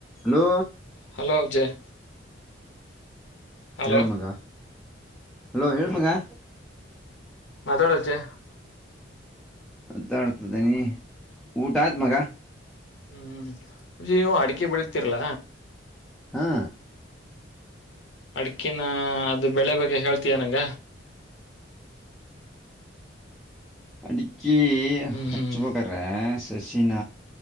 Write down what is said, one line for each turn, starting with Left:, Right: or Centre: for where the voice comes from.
Centre: Hello
Left: hello Ajay. Hello
Centre: ಹೇಳ್ಮಗ hello ಹೇಳ್ಮಗಾ.
Left: ಮಾತಾಳಚೆ.
Centre: ತಡ್ತದೀ ನೀ ಊಟಾತ್. ಮಗಾ.
Left: ಹ್ಮ್ ಜಯ್ ನೀವು ಅಡಿಕೆ ಬೆಳ್ತಿರ್ಲ.
Centre: ಹಾ.
Left: ಅಡ್ಕಿನ ಅದು ಬೆಳೆ ಬಗ್ಗೆ ಹೇಳ್ತಯ ನಂಗ.
Centre: ಅಡಿಕ್. ಕಿ
Left: ಹ್ಮ್
Centre: ಹಚ್ಚಬೇಕರ
Left: ಹ್ಮ್
Centre: ಸಸಿ. ಚ್ಚಿನ